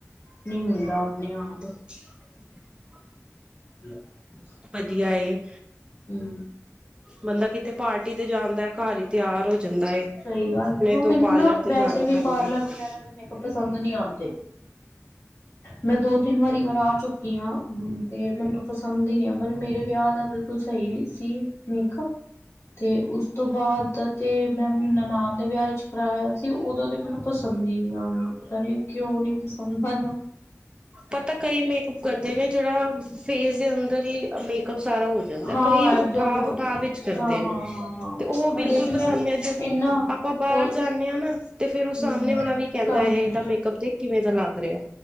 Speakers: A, on the left (about 55°); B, on the right (about 20°).
A: ਨਹੀਂ ਹੁੰਦਾ ਆਪਣੇ ਆਪ
B: <inaudible>
A: ਹਮ
B: ਵਧੀਆ ਏ
A: ਹਮ
B: ਬੰਦਾ ਕਿਤੇ ਪਾਰਟੀ ਤੇ ਜਾਂਦਾ ਹੈ ਘਰ ਹੀ ਤਿਆਰ ਹੋ ਜਾਂਦਾ ਏ।
A: ਸਹੀ ਗੱਲ
B: ਆਪਣੇ
A: ਹੈ ਹੁਣ
B: ਤੋਂ
A: ਮੈਨੂੰ
B: ਪਾਰਲਰ
A: ਨਾ
B: ਤੇ
A: ਵੈਸੇ
B: ਜਾਣਾ
A: ਵੀ
B: ਪੈਂਦਾ।
A: ਪਾਰਲਰ ਵਗੈਰਾ ਤੇ ਮੇਕਅੱਪ ਪਸੰਦ ਨਹੀਂ ਆਉਂਦੇ ਮੈਂ ਦੋ ਤਿੰਨ ਵਾਰੀ ਘਰ ਆ ਚੁੱਕੀ ਤੇ ਮੈਨੂੰ ਪਸੰਦ ਹੀ ਨਹੀਂੀ ਆ ਪਰ ਮੇਰੇ ਵਿਆਹ ਦਾ ਬਿਲਕੁਲ ਸਹੀ ਸੀ ਮੇਕਅਪ ਤੇ ਉਸ ਤੋਂ ਬਾਅਦ ਇਥੇ ਮੈਂ ਆਪਨੀ ਨਨਾਣ ਦੇ ਵਿਆਹ ਵਿੱਚ ਕਰਾਇਆ ਸੀ ਉਹਦਾ ਤੇ ਮੈਨੂੰ ਪਸੰਦ ਹੀ ਨਹੀਂ ਆਇਆ ਪਤਾ ਨੀ ਕਿਉਂ ਨੀ ਪਸੰਦ ਹੈ
B: ਪਤਾ ਕਈ ਮੇਕਅੱਪ ਕਰਦੇ ਨੇ ਜਿਹੜਾ ਫੇਸ ਦੇ ਅੰਦਰ ਹੀ ਮੇਕਅੱਪ ਸਾਰਾ ਹੋ ਜਾਂਦਾ।
A: ਹਾਂ
B: ਕਈ ਉਠਾਵ-
A: ਐਬਜ਼ੋਰਬ ਹੋ
B: ਉਠਾਵ
A: ਜਾਂਦਾ
B: ਵਿੱਚ ਕਰਦੇ
A: ਹਾਂ ਹਾਂ
B: ਨੇ,
A: ਹਾਂ ਹਾਂ
B: ਤੇ ਉਹ ਬਿਲਕੁਲ
A: ਹਜੇ ਤੇ
B: ਪਸੰਦ
A: ਮੈਂ
B: ਨੇ ਜਦੋਂ
A: ਇਨਾ
B: ਆਪਾ ਬਾਹਰ
A: ਕੋ
B: ਜਾਂਨੇ ਆ ਨਾ ਤੇ ਫਿਰ, ਉਹ
A: ਹਮ
B: ਸਾਹਮਣੇ ਵਾਲਾ ਵੀ ਕਹਿੰਦਾ
A: ਸਾਹਮਣੇ
B: ਹੇ, ਇਹਦਾ ਮੇਕਅੱਪ ਦੇਖ ਕਿਵੇਂ ਦਾ ਲੱਗ ਰਿਹਾ।